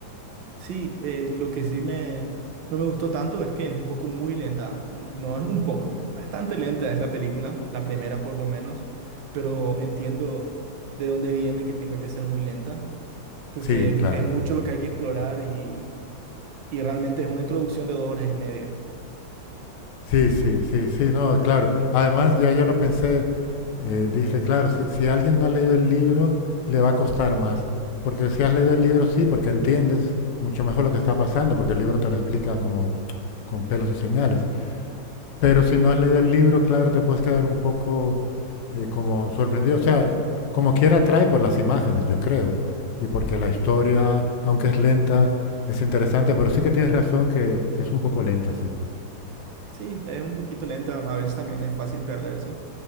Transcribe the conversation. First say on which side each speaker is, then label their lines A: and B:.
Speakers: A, on the right; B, on the left.
A: Sí, eh, lo que sí me, no me gustó tanto es que es un poco muy lenta. N- No es un poco, bastante lenta es la película, la primera por lo menos, pero entiendo de dónde viene que tenga que ser muy lenta porque
B: Sí,
A: es,
B: claro.
A: es mucho lo que hay que explorar y, y realmente es una introducción de dos horas y media.
B: Sí, sí, sí, sí, no, claro. Además, ya yo lo pensé, eh, dije, claro, si, si alguien no ha leído el libro, le va a costar más. Porque si has leído el libro, sí, porque entiendes mucho mejor lo que está pasando, porque el libro te lo explica como con pelos y señales. Pero si no has leído el libro, claro, te puedes quedar un poco eh, como sorprendido. O sea, como quiera atrae por las imágenes, yo creo. Y porque la historia, aunque es lenta, es interesante, pero sí que tienes razón que, que es un poco lenta, sí.
A: Sí, es un poquito lenta, a veces también es fácil perderse,